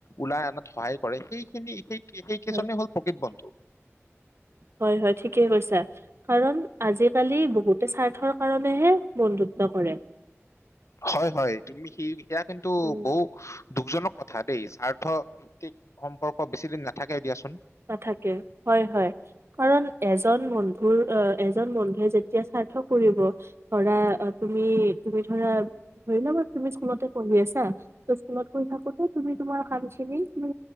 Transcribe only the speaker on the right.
হয়
হয় হয় ঠিকেই কৈছা। কাৰণ আজিকালি বহুতে স্বাৰ্থৰ কাৰণেহে বন্ধুত্ব কৰে।
উম
নাথাকে হয় হয় কাৰণ এজন বন্ধুৰ আহ এজন বন্ধুৱে যেতিয়া স্বাৰ্থ কৰিব ধৰা তুমি তুমি ধৰা ধৰি লবা তুমি স্কুলতে পঢ়ি আছা স্কুলত পঢ়ি থাকোতে তুমি তোমাৰ কাম খিনি তুমি।